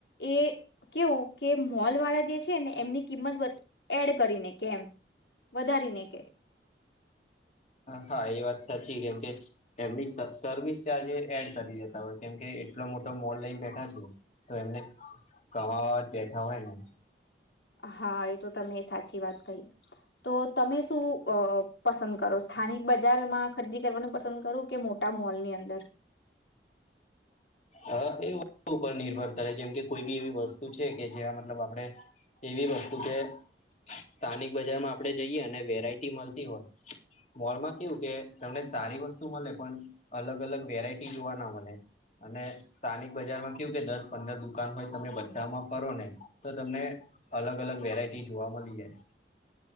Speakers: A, on the left; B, on the left.
A: એ કેવું કે મોલ વાળા જે છે ને એમની કિંમત વધ એડ કરીને કે એમ વધારીને કે
B: હા એ વાત સાચી કે કેમ કે એમની સર્વિસ ચાર્જ એડ કરી દેતા હોય કેમ કે એટલો મોટો મોલ લઈ બેઠા છે તો એમને કમાવા જ બેઠા હોય ને
A: હા એ તો તમે સાચી વાત કહી. તો તમે શું અ પસંદ કરો સ્થાનિક બજારમાં ખરીદી કરવાનું પસંદ કરો કે મોટ ટા મોલની અંદર
B: હ એ ઉપર નિર્ભર કરે જેમ કે કોઈ બી એવી વસ્તુ છે કે જ્યાં મતલબ આપડણે એવી વસ્તુ કે સ્થાનિક બજારમાં આપડે જઈએ અને વેરાયટી મળતી હોય મોલમાં કેવું કે તમને સારી વસ્તુ મળે પણ અલગ અલગ વેરાઈટી જોવા ના મલે અને સ્થાનિક બજારમાં કેવું કે દસ પંદર દુકાન હોય તમે બધામાં ફરો ને તો તમને અલગ અલગ વેરાયટી જોવા મળી જાય